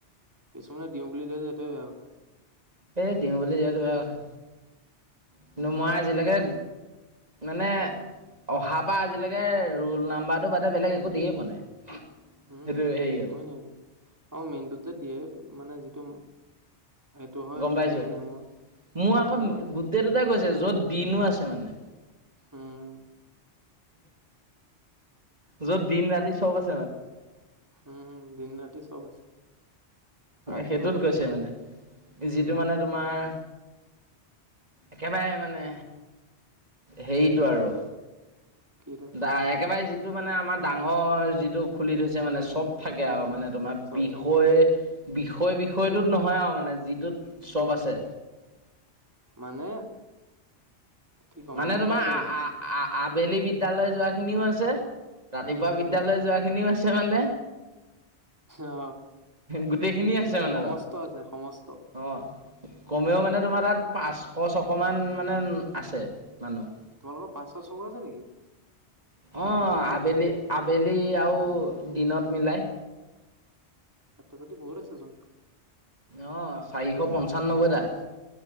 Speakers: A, on the right (about 15°); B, on the right (about 35°).
A: কিছুমানে দিওঁ বুলি দিয়া যে সেইটোয়ে বেয়া কথা
B: এই দিওঁ বুলি যিহেতু বেয়া কথা কিন্তু মই আজিলৈকে
A: উম,
B: মানে অহাৰ পৰা আজিলৈকে ৰোল নাম্বাৰটো বাদে বেলেগ একো দিয়ে পোৱা নাই।
A: উম
B: সেইটো হেৰিয়ত
A: মই নাই দে আ মেইনটোত যে দিয়ে মানে যিটো। সেইটো হয় সেইটো
B: গম পাইছো
A: দিয়াই নাই মই
B: মোৰ আকৌ
A: মানে
B: গোটেই দুটাই কৈছে য'ত দিনো আছে মানে।
A: হম।
B: য'ত দিন ৰাতি চব আছ
A: উম হম দিন ৰাতি চব আছে। ৰাতিও
B: সেইটোত
A: আছে
B: কৈছে
A: দিনো
B: মানে
A: আছে
B: যিটো
A: উম
B: মানে তোমাৰ একেবাৰে মানে হেৰিটো আৰু
A: কিটো
B: দ একেবাৰে যিটো মানে আমাৰ ডাঙৰ যিটো খুলি থৈছে
A: উম
B: মানে চব থাকে
A: উম
B: আৰু মানে তোমাৰ
A: চব
B: বিষয়
A: থাকে
B: বিষয় বিষয়টোত নহয় আৰু মানে যিটোত চব আছে
A: মানে কি কম
B: মানে
A: আৰু গম
B: তোমাৰ
A: পাইছো গম পাইছো
B: আবেলি বিদ্যালয় যোৱা খিনিও আছে ৰাতিপুৱা
A: উম উম
B: বিদ্যালয় যোৱা খিনিও আছে মানে
A: অ
B: গোটেইখিনিয় আছে মানে
A: সমস্ত
B: তাত
A: আছে সমস্ত
B: আহ কমেও মানে তোমাৰ তাত পাঁচশ ছশ মান মানে আছে মানুহ।
A: তোমালোকৰ পাঁচশ চকুৰ আছে নেকি ছাত্ৰ
B: অ,
A: ছাত্ৰী
B: আবেলি আবেলি আৰু দিনত মিলাই
A: ছাতটা যদি বহুত আছেচোন
B: অ, চাৰিশ পঞ্চান্নব্বৈটা